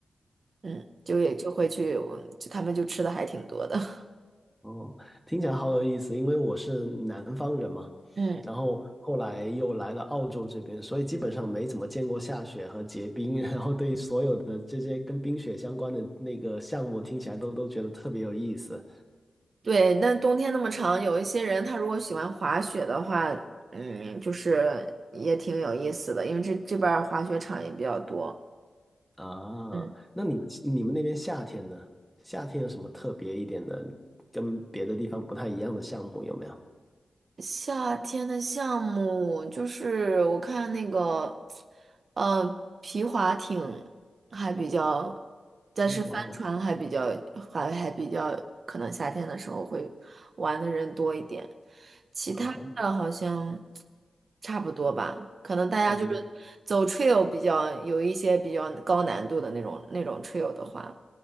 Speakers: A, on the right; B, in the centre.
A: 嗯，就也就会去，嗯就它们就吃的还挺多的，<laughs>
B: 哦，听起来好有意思，因为我是南方人嘛，
A: 嗯，
B: 然后后来又来了澳洲这边，所以基本上没怎么见过下雪和结冰，<laughs> 然后对所有的这些跟冰雪相关的那个项目听起来都都觉得特别有意思
A: 对，那冬天那么长，有一些人他如果喜欢滑雪的话，嗯，就是也挺有意思的，因为这这边儿滑雪场也比较多。
B: 啊。
A: 嗯，
B: 那你们你们那边夏天呢？夏天有什么特别一点的，跟别的地方不太一样的项目有没有？
A: 夏天的项目就是我看那个，呃，皮划艇还比较，但是帆船还比较，
B: 哦，哇哦，
A: 还还比较，可能夏天的时候会玩的人多一点，其他的好像
B: 啊哈，
A: 差不多吧，可能大家就是走
B: 差不多
A: trail 比较有一些比较高难度的那种那种 trail 的话，